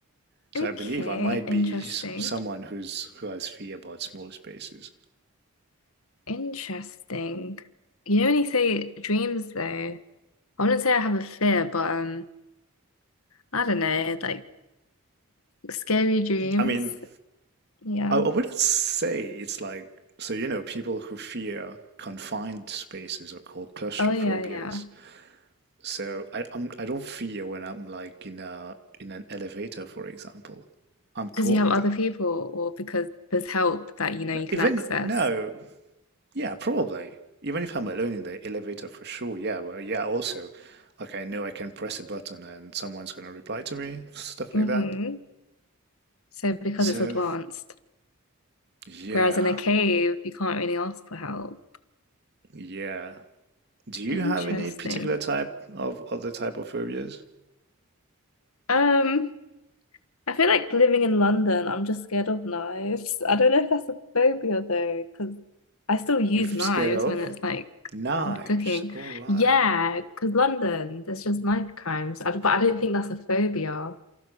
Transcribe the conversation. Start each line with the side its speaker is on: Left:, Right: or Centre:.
Right: So
Left: Okay.
Right: I believe I might be
Left: Interesting.
Right: s- someone who's who has fear about small spaces.
Left: Interesting. You know when you say dreams though, I wouldn't say I have a fear, but um, I don't know, like scary dreams.
Right: I mean,
Left: Yeah.
Right: I, I wouldn't say it's like so you know people who fear confined spaces are called claustrophobias.
Left: Oh yeah, yeah.
Right: So I I'm, I don't fear when I'm like in a in an elevator, for example. I'm
Left: Because
Right: cool
Left: you have
Right: with
Left: other
Right: that.
Left: people or because there's help that you know
Right: No,
Left: you can
Right: Even
Left: access.
Right: no, Yeah, probably. Even if I'm alone in the elevator for sure, yeah, but uh, yeah, also, like I know I can press a button and someone's gonna reply to me, stuff
Left: Mm-hmm.
Right: like that.
Left: So because
Right: So,
Left: it's advanced.
Right: yeah,
Left: Whereas in a cave, you can't really ask for help.
Right: yeah. Do you
Left: Interesting.
Right: have any particular type of other type of phobias
Left: Um, I feel like living in London, I'm just scared of knives. I don't know if that's a phobia though, because I still use
Right: you're
Left: knives
Right: scared of?
Left: when it's like
Right: Knives,
Left: cooking.
Right: all right.
Left: Yeah, because London, there's just knife crimes. I, but I don't think that's a phobia,